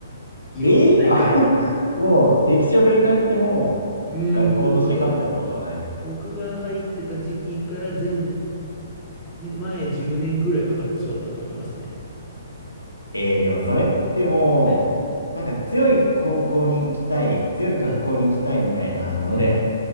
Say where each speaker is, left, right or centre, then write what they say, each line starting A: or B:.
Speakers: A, on the left; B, on the left.
A: いろんな大会の。
B: ええあ <laughs> もう歴史を振り返っても
A: うーん、
B: 学校として勝ったことはない。
A: 僕、僕が入ってた時期から前、前10年ぐらいは多分そうだったと思いますね。
B: ええでもそれっても
A: はい
B: う、なんか強い高校に行きたい、強い学校に行きたいみたいなので、
A: うん、うん。